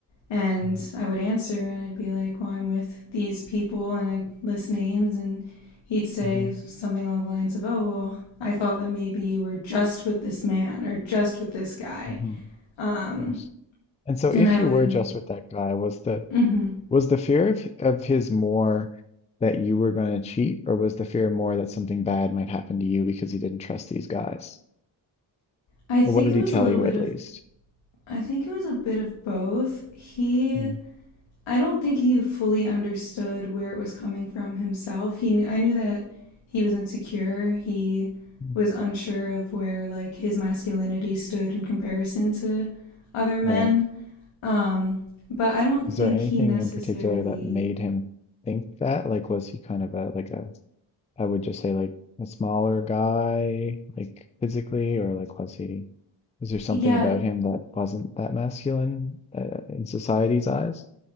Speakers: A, on the left; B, on the left.
A: And
B: mm,
A: I would answer and I'd be like, well, I'm with these people and I'd list names and he'd say
B: hmm
A: something along the lines of, oh, well, I thought that maybe you were just with this man or just with this guy.
B: hmm
A: Um,
B: Of course. And so if
A: and I
B: you
A: would,
B: were just with that guy, was the
A: mm
B: was the fear of, of his more that you were going to cheat, or was the fear more that something bad might happen to you because he didn't trust these guys?
A: I think
B: Or what did
A: it
B: he
A: was
B: tell
A: a little
B: you
A: bit
B: at
A: of,
B: least?
A: I think it was a bit of both. He
B: Mm,
A: I don't think he fully understood where it was coming from himself. He knew, I knew that he was insecure. He
B: mm.
A: was unsure of where like his masculinity stood in comparison to other men.
B: Right?
A: Um, but I don't think
B: Is there anything
A: he necessarily
B: in particular that made him think that? Like, was he kind of a like a I would just say like a smaller guy, like physically, or like was he, was there something
A: Yeah,
B: about him that wasn't that masculine uh, in society's eyes?